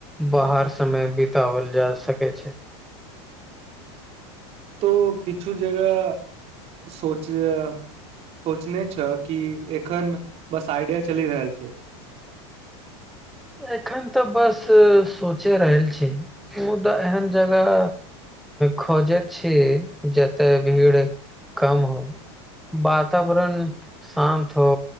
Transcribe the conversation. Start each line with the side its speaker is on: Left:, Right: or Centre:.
Centre: बाहर समय बितावल जा सकै छै
Right: तो किछु जगह सोच ज सोचने छ कि एखन बस आइडिया चलि रहल छै
Centre: एखन तऽ बस सोचे रहल छी मु मुदा एहन जगह खोजे छी जत भीड़ कम होय वातावरण शान्त हो